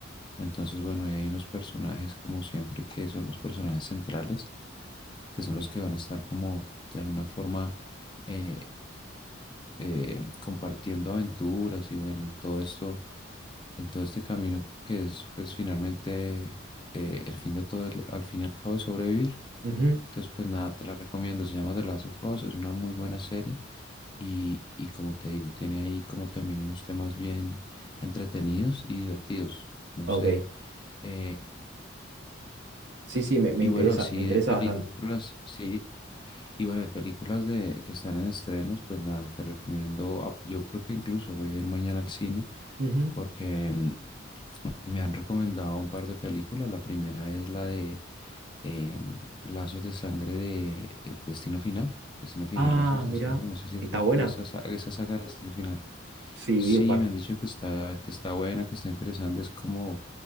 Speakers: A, on the left; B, on the right.
A: Entonces, bueno, ahí hay unos personajes como siempre que son los personajes centrales, que son los que van a estar como de alguna forma eh, eh, compartiendo aventuras y bueno, en todo esto, en todo este camino que es pues finalmente eh, el fin de todo, el- al fin y al cabo es sobrevivir.
B: Ujú,
A: Entonces pues nada, te la recomiendo, se llama The Last of Us, es una muy buena serie y, y como te digo, tiene ahí como también unos temas bien entretenidos y divertidos, no
B: Ok,
A: sé, eh,
B: sí, sí, me, me
A: y
B: interesa,
A: bueno, así
B: me interesa
A: de películas,
B: bastante.
A: sí. Y bueno, de películas de, que están en estrenos, pues nada, te recomiendo, ah, yo creo que incluso voy a ir mañana al cine
B: Ujú.
A: porque mm, me han recomendado un par de películas. La primera es la de eh, Lazos de Sangre de eh, Destino Final. Destino Final,
B: Ah,
A: Lazos de
B: mira,
A: Sangre. No sé si has
B: está
A: visto
B: buena.
A: esa, sa- esa saga de Destino Final.
B: Sí,
A: Sí,
B: vi un par.
A: me han dicho que está, que está buena, que está interesante. Es como,